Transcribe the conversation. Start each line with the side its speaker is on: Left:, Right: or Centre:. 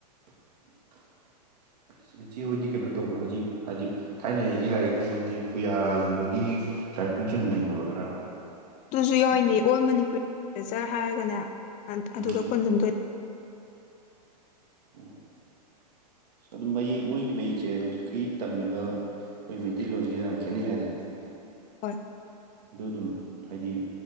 Right: <inaudible> ꯁꯤꯆꯦ ꯍꯣꯏꯗꯤ ꯀꯩꯅꯣ ꯇꯧꯕ꯭ꯔꯣ ꯍꯧꯖꯤꯛ ꯍꯥꯏꯗꯤ ꯊꯥꯏꯅꯒꯤ ꯂꯥꯏꯔꯤꯛꯀꯨꯝꯕ ꯍꯥꯏꯗꯤ ꯄꯨꯌꯥꯒꯨꯝꯕꯒꯤ ꯇꯥꯔꯤꯛ ꯀꯨꯝꯕ ꯁꯨ ꯅꯩꯅꯕꯔ ꯈꯔ
Left: ꯑꯗꯨꯁꯨ ꯌꯥꯎꯏꯅꯦ ꯑꯣꯜ ꯃꯅꯤꯄꯨꯔꯤ ꯔꯦꯆꯔ ꯍꯥꯏꯔꯒꯅꯦ ꯑꯗꯨꯗ
Right: ꯎꯝ
Left: ꯈꯣꯟꯖꯗꯣꯏ
Right: ꯑꯣ ꯑꯁ ꯑꯗꯨ ꯃꯌꯦꯛ ꯃꯣꯏꯒꯤ ꯃꯌꯦꯛꯁꯦ ꯍꯧꯖꯤꯛꯀꯤ ꯇꯝꯃꯤꯕ ꯑꯩꯈꯣꯏ ꯃꯩꯇꯩꯂꯣꯟꯁꯤꯒ ꯌꯥꯝ ꯈꯦꯠꯅꯩ ꯍꯥꯏꯗꯅ
Left: ꯍꯣꯏ
Right: ꯑꯗ ꯑꯗꯨꯝ ꯍꯥꯏꯗꯤ